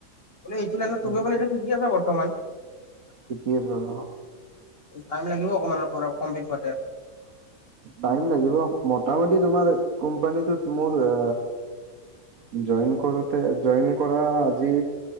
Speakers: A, on the left; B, on the right.
A: মানে এইটো নাইন
B: সেনেকে
A: তুমিও মানে এটিয়া শিকি আছা বৰ্তমান?
B: শিকি আছো আৰু
A: টাইম লাগিব অকমান পৰা কমপ্লিট হোৱাতে আৰু।
B: টাইম লাগিব, মোটামুটি তোমাৰ কোম্পানীটোত মোৰ এ জইন কৰোতে, জইন কৰা আজি